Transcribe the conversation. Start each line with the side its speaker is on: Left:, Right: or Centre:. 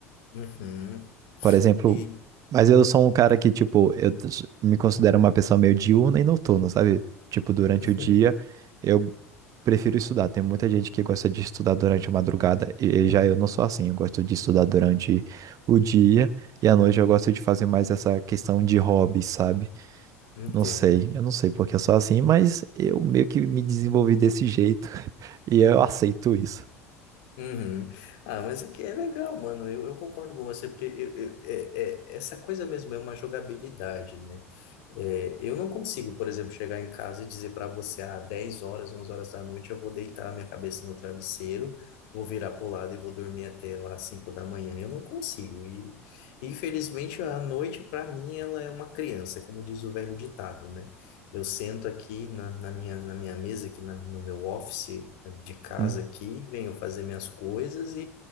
Left: Uhum.
Right: Por exemplo,
Left: E
Right: mas eu sou um cara que, tipo, eu t- me considero uma pessoa meio diurna e noturna, sabe? Tipo, durante
Left: <laughs>
Right: o dia eu prefiro estudar. Tem muita gente que gosta de estudar durante a madrugada e e já eu não sou assim. Eu gosto de estudar durante o dia e à noite eu gosto de fazer mais essa questão de hobby, sabe?
Left: Entendo.
Right: Não sei, eu não sei porque eu sou assim, mas eu meio que me desenvolvi desse jeito <laughs> e eu aceito isso.
Left: Uhum. Ah, mas é que é legal, mano. Eu, eu concordo com você, porque eu- eu- é, é- essa coisa mesmo é uma jogabilidade, né? É, eu não consigo, por exemplo, chegar em casa e dizer para você, ah, 10 horas, 11 horas da noite, eu vou deitar a minha cabeça no travesseiro, vou virar pro lado e vou dormir até lá 5 da manhã. Eu não consigo. E, infelizmente, a noite, para mim, ela é uma criança, como diz o velho ditado, né? Eu sento aqui na, na minha, na minha mesa, aqui na- no meu office de casa
Right: Hum,
Left: aqui, venho fazer minhas coisas